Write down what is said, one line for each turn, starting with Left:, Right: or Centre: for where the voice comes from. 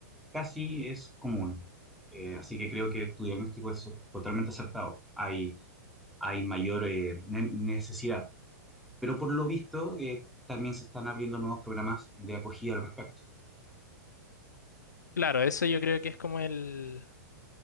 Centre: casi es común. Eh, así que creo que tu diagnóstico es totalmente acertado. Hay, hay mayor eh, ne- necesidad. Pero por lo visto eh, también se están abriendo nuevos programas de acogida al respecto.
Left: Claro, eso yo creo que es como el,